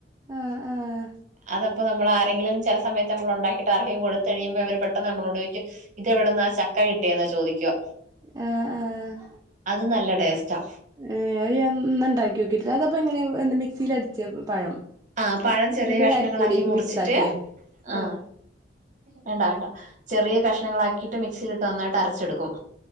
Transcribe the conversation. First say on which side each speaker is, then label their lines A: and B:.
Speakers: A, on the right (about 20°); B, on the right (about 45°).
A: ആഹ് ആഹ്
B: അതപ്പോ നമ്മൾ ആരെങ്കിലും ചില സമയത്ത്.. നമ്മൾ ഉണ്ടാക്കിട്ട് ആർക്കും കൊടുത്തഴിയുമ്പോ അവർ പെട്ടന്ന് നമ്മളോട് ചോദിക്കും ഇത് ഇവിടന്ന് ആ ചക്ക കിട്ടിയെന്ന ചോദിക്കുക..
A: ആഹ ആഹ
B: അത് നല്ല ടേസ്റ്റാ,
A: ഏ അത് ഞാൻ ന്നാ ഉണ്ടാക്കി നോക്കിട്ടില്ല അത്പ്പോ എങ്ങനെ എ മിക്സിൽ അടിച്ച പഴം..
B: ആഹ പഴം ചെറിയ
A: എന്നിട്ട്
B: കഷ്ണങ്ങളാക്കി
A: അരിപ്പൊടിക്ക്
B: മുറിച്ചിട്ട്
A: മിക്സ് ആക്കിയേ ആഹ്
B: ആഹ.. വേണ്ട വേണ്ട ചെറിയ കഷ്ണങ്ങളാക്കിയിട്ട് മിക്സിയില ഇട്ട് നന്നായിട്ട് അരച്ചെടുക്കും.